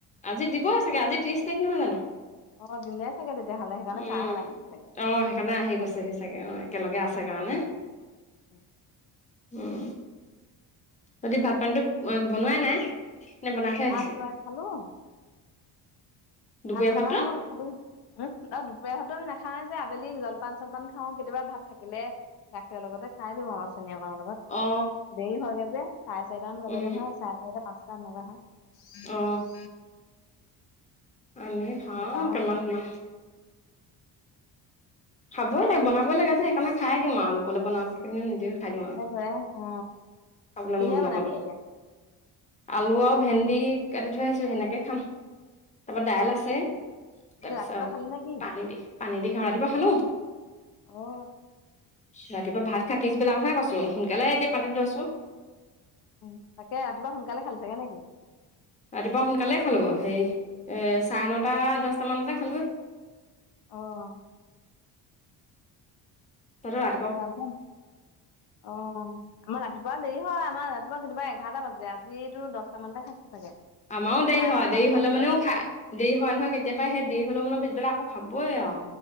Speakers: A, on the left (about 15°); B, on the left (about 65°).
A: আজি দিবই চাগে আজি ত্ৰিশ তাৰিখ নহয় জানো।
B: অ দিলে চাগে তেতিয়াহ'লে সেইকাৰণে
A: উমঁ
B: ছাৰহঁত আহিছে চাগে
A: অ সেইকাৰণে আহি গৈছেহি। তাকে অ একেলগে আছে কাৰণে।
B: হো।
A: উমঁ! বাকি ভাত পানীটো বনোৱাই নাই? নে বনাই থৈ
B: ভাত
A: আহিছিলে
B: দুবাৰ খালোং।
A: দুপৰীয়া
B: ভাত বনোৱা
A: ভাতটো
B: হ'ল। খালো উমঁ অ দুপৰীয়াৰ ভাতো আমি নাখাওঁ এ যে আবেলি জলপান চলপান খাওঁ কেতিয়াবা ভাত থাকিলে- গাখীৰৰ লগতে খাই দিওঁ আৰু চেনী অকনৰ লগত।
A: অ অ
B: দেৰি হয়গৈ যে চাৰে চাৰিটামান বাজেগে
A: উম
B: নহয় চাৰে চাৰিটা পাঁচটা এনেকোৱা হয়। চইট
A: অ
B: চিট।
A: অমি খাওঁ
B: সেইকাৰণে
A: কিমান কিমান। খাবই লাগে বনাবই লাগে যে সেইকাৰণে খাই দিওঁ আৰু লোকলে বনাতেও। সেইকাৰণে নিজেও খাই দিওঁ আও
B: সেইটোৱে অ
A: খাবলৈ
B: কিহে
A: মন
B: বনাইছে
A: নগলেও।
B: এতিয়া
A: আলু আৰু ভেন্দি কাটি থৈ আহিছোঁ সেনেকে খাম। তাৰপা
B: অ
A: দাইল আছে
B: তাকে
A: তাৰ পিছত
B: ৰাতিপুৱা খালি নে কি
A: পানী দি পানী দি খাওঁ ৰাতিপুৱা খালো।
B: অঁ।
A: ৰাতিপুৱা ভাত খায় পিছবেলাৰ কথাহে কৈছোঁ সোনকালে এতিয়া পাতি থৈছোঁ।
B: উমঁ তাকে ৰাতিপুৱা সোনকালে খালি চাগে নেকি?
A: ৰাতিপুৱা সোনকালেই খালোঁ হেৰি এ চাৰে নটা দহটামানতে খালোঁ।
B: অঁ!
A: তহতৰ ৰা-
B: তানচন অঁ। আমাৰ ৰাতিপুৱা দেৰি হয় আমাৰ ৰাতিপুৱা কেতিয়াবা এঘাৰটা বাজে আজিতো দহটা মানতে খাইছো চাগে।
A: আমাৰো দেৰি
B: চাৰে
A: হয়
B: নটা
A: দেৰি
B: দহটাৰ
A: হ'লে
B: ভিতৰত
A: মানেও খায় দেৰি হয় নহয় কেতিয়াবা সেই দেৰি হলেও মানে পিছেবেলা আকৌ- খাবই আও